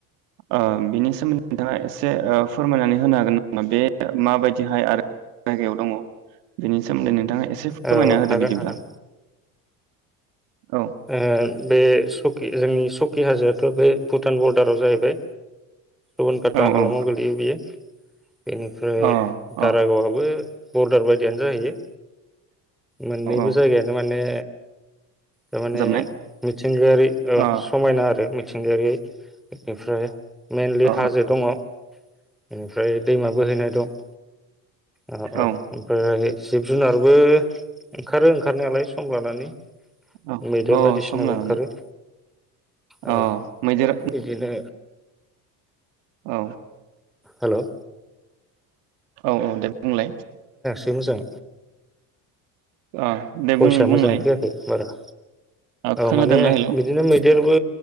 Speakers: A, on the right; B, in the centre.
A: ओ बिनि नोंथाङा एसे फोरमायनानै होनो हागोन नामा बे माबायदिहाय आरो जायगायाव दङ बेनि सोमोन्दै नों थाङा एसे फोरमायना
B: औ
A: होदो
B: हागोन
A: बिदिब्ला।
B: हागोन
A: औ
B: ओ बे सकि जोंनि सकि हाजो फोर बो भुटान बरदाराव जाहैबाय रुनकाटा
A: औ
B: हालामाव
A: औ
B: गोलैयो बियो। बेनिफ्राय
A: अ
B: दारागावयाबो
A: अ
B: बरदार बायदियानो जाहैयो। मोननैबो
A: औ औ
B: जायगायानो माने थारमाने
A: फोजोबनाय
B: मिथिंगायारि ओ
A: अ
B: समायना आरो मि थिंगायारि इनिफ्राय मेनलि
A: अ
B: हाजो दंङ ओनिफ्राय दैमा बोहैनाय दं। अ अ
A: औ
B: ओमफ्राय जिब जुनारबो ओंखारो ओंखारनायालाय सम लानानै।
A: औ
B: मैदेर
A: अ
B: बायदिसिनाबो
A: सम लानानै
B: ओंखारो। औ
A: अ मैदेर
B: इदिनो
A: औ
B: हेलोव
A: औ औ दे बुंलाय
B: सै मोजां
A: अ दे
B: फइसा
A: बुं बुंलाय
B: मोजांङै फैयाखै बारा
A: ओ
B: औ
A: खोनादोंना
B: माने
A: हेलौ
B: बिदिनो मै देरबो